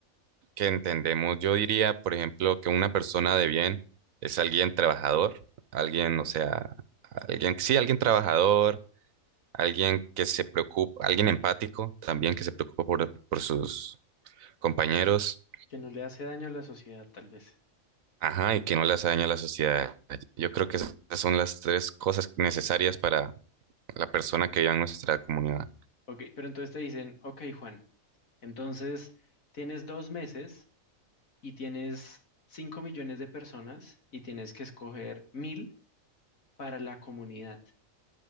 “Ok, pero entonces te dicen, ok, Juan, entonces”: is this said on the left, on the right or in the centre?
Left